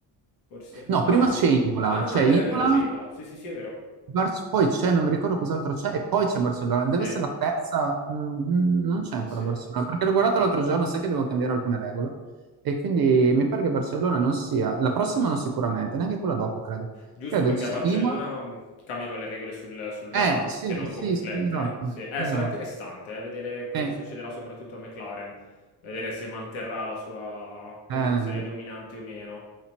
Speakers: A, on the left; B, on the right.
A: Forse?
B: No,
A: Ah
B: prima
A: no!
B: c'è Imola,
A: Ah no,
B: c'è
A: no, è vero,
B: Imola
A: è vero, c'è Imola. Sì, sì, sì, è vero.
B: Barc- poi c'è, non mi ricordo cos'altro c'è, e poi c'è Barcellona. Deve
A: Sì,
B: essere la terza, mm, non c'è
A: sì,
B: ancora
A: sì.
B: Barcellona, perché l'ho guardata l'altro giorno, sai che devo cambiare alcune regole. E quindi mi pare che Barcellona non sia, la prossima non sicuramente, neanche quella dopo, credo.
A: Giusto
B: Credo
A: perché
B: ci
A: a
B: sia
A: Barcellona
B: Imola.
A: mh, cambiano le regole sul- sull'ala,
B: Eh, sì,
A: che non
B: sì,
A: può più flettere.
B: sì, esatto,
A: Sì. Eh,
B: esatto.
A: sarà interessante eh, vedere cosa
B: Eh,
A: succederà soprattutto a McLaren, vedere se manterrà la sua posizione
B: eh,
A: dominante o meno.